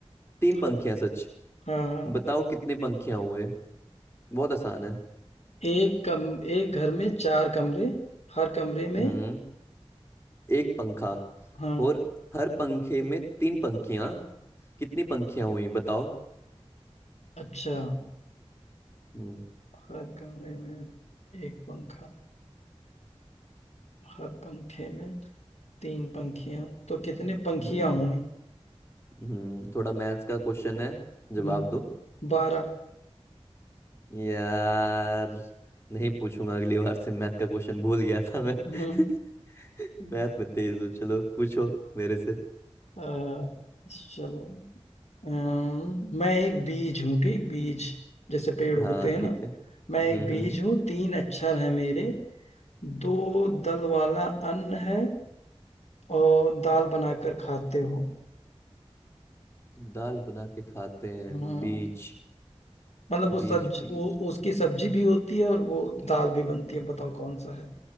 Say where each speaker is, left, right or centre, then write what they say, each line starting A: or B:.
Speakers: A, on the left; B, on the left.
A: तीन
B: हर
A: पंखियां सच
B: हाँ हाँ
A: बताओ कितने पंखियां हुए बहुत आसान है
B: एक कम एक घर में चार कमरे हर कमरे में
A: हम्म एक पंखा
B: हाँ
A: और हर पंखे में तीन पंखियां कितनी पंखियां हुई बताओ
B: अच्छा
A: हम्म
B: हर कमरे में एक पंखा हर पंखे में तीन पंखियां तो कितने पंखियां
A: हम्म
B: हुई
A: हम्म, थोड़ा मैथ्स का क्वेश्चन है जवाब
B: हम्म,
A: दो
B: बारह
A: यार नहीं पूछूंगा अगली बार से मैथ का क्वेश्चन भूल गया था मैं <laughs>
B: हम्म
A: मैथ में तेज हो चलो पूछो मेरे से
B: अ, चलो अम्म, मैं एक बीज हूँ ठीक बीज जैसे पेड़ उगते
A: हाँ
B: हैं ना
A: ठीक है हम्म
B: मैं एक बीज
A: हम्म
B: हूँ तीन अक्षर है मेरे दो दल वाला अन्न है और दाल बनाकर खाते हो
A: दाल बना के खाते हैं
B: हाँ
A: बीज
B: मतलब वो सब्ज
A: बीज बीज
B: वो उसकी सब्जी भी होती है और वो दाल भी बनती है बताओ कौन सा है